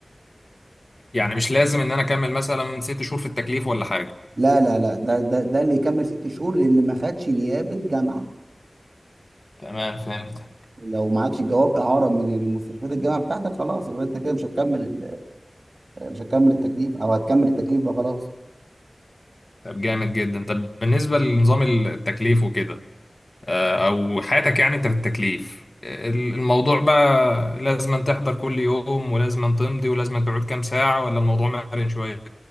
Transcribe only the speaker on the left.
يعني مش لازم ان انا اكمل مثلا ست شهور في التكليف ولا حاجه
تمام فهمت
طب جامد جدا طب بالنسبه لنظام التكليف وكده آه، او حياتك يعني انت في التكليف ال- الموضوع بقى لازم أن تحضر كل يوم ولازم أن تمضي ولازم أن تقعد كام ساعه ولا الموضوع مرن شويه